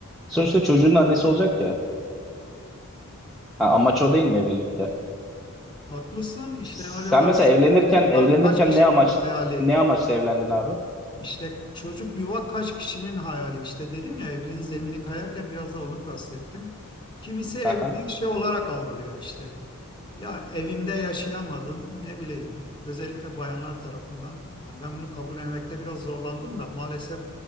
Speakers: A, in the centre; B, on the left.
A: sonuçta çocuğun annesi olacak ya. Ha, amaç o değil mi evlilikte?
B: Haklısın. İşte
A: Sen
B: acaba
A: mesela
B: çocuk
A: evlenirken evlenirken
B: kaç kişinin
A: ne amaç
B: hayali?
A: ne amaçla evlendin abi?
B: İşte çocuk yuva kaç kişinin hayali işte dedim ya evliliğin zemini kayarken biraz da onu kastettim. Kimisi evliliği
A: Aha,
B: şey olarak algılıyor işte. Ya evimde yaşayamadım ne bileyim özellikle bayanlar tarafından. Ben, ben bunu kabullenmekte biraz zorlandım da maalesef